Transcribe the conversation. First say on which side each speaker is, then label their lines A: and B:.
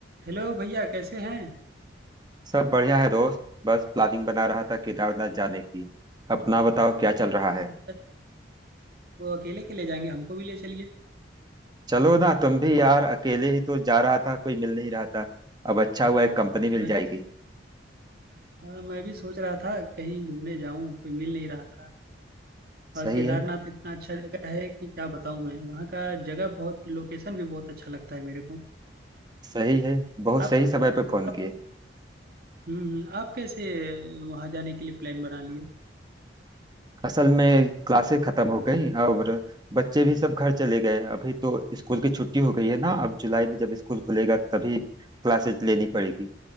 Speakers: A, on the right; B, on the right.
A: हेलो भैया कैसे हैं
B: सब बढ़िया है दोस्त बस प्लानिंग बना रहा था केदारनाथ जाने की अपना बताओ क्या चल रहा है
A: अच्छा अच्छा तो अकेले के ले जाएंगे हमको भी ले चलिए
B: चलो ना तुम भी यार अकेले ही तो जा रहा था कोई मिल नहीं रहा था अब अच्छा हुआ एक कंपनी मिल
A: मैं
B: जाएगी
A: भी हाँ, मैं भी सोच रहा था कहीं घूमने जाऊं कोई मिल नहीं रहा था
B: सही
A: और केदारनाथ
B: है
A: इतना अच्छा जगह है कि क्या बताऊं मैं वहाँ का जगह बहुत लोकेशन भी बहुत अच्छा लगता है मेरे को
B: सही है बहुत
A: आप
B: सही समय पे फोन
A: आप
B: किए
A: हम्म हम्म, आप कैसे वहाँ जाने के लिए प्लान बना लिए
B: असल में क्लासें खत्म हो गई और बच्चे भी सब घर चले गए अभी तो स्कूल की छुट्टी हो गई है ना अब जुलाई में जब स्कूल खुलेगा तभी क्लासेज लेनी पड़ेगी